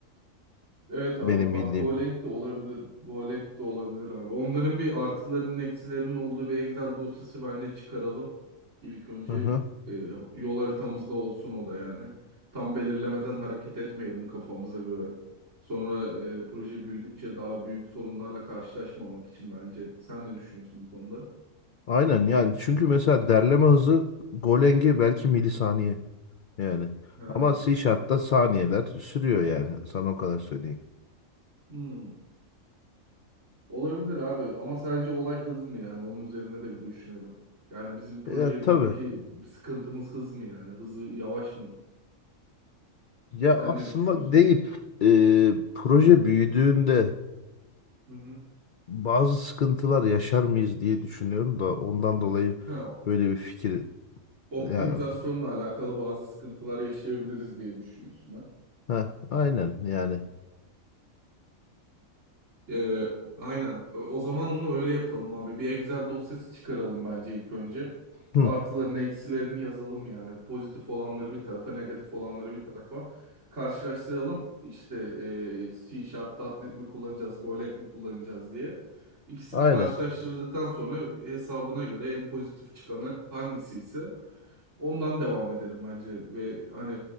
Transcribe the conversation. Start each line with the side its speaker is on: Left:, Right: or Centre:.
Right: Evet abi
Left: benim
Right: bak
Left: bildiğim.
Right: Golang de olabilir. Golang de olabilir abi. Onların bir artılarının eksilerinin olduğu bir Excel dosyası bence çıkaralım. İlk önce
Left: Hı hı.
Right: e, yol haritamızda olsun o da yani. Tam belirlemeden hareket etmeyelim kafamıza göre. Sonra e, proje büyüdükçe daha büyük sorunlarla karşılaşmamak için bence. Sen ne düşünüyorsun bu konuda?
Left: Aynen yani çünkü mesela derleme hızı Golang'i belki milisaniye yani.
Right: He.
Left: Ama C Sharp'ta saniyeler sürüyor yani sana o kadar söyleyeyim.
Right: Hmm. Olabilir abi ama sadece olay hız mı yani onun üzerine de bir düşünelim. Yani bizim projemizdeki
Left: Ya tabii.
Right: sıkıntımız hız mı yani hızı yavaş mı?
Left: Ya
Right: Sen
Left: aslında
Right: ne düşünüyorsun?
Left: değil. Eee, proje
Right: Hı hı.
Left: büyüdüğünde
Right: Hı hı.
Left: bazı sıkıntılar yaşar mıyız diye düşünüyorum da ondan dolayı
Right: Ha,
Left: böyle bir fikir
Right: optimizasyonla
Left: ya
Right: alakalı bazı sıkıntılar yaşayabiliriz diye düşünüyorsun ha.
Left: ha aynen yani.
Right: Ee, aynen. O zaman onu öyle yapalım abi. Bir Excel dosyası çıkaralım bence ilk önce.
Left: Hı,
Right: Artılarını, eksilerini yazalım yani. Pozitif olanları bir tarafa, negatif olanları bir tarafa. Karşılaştıralım. İşte e, C Sharp, nokta .NET mi kullanacağız, Golang mi kullanacağız diye. İkisini
Left: aynen.
Right: karşılaştırdıktan sonra hesabına göre en pozitif çıkanı hangisi ise Ondan devam edelim bence ve hani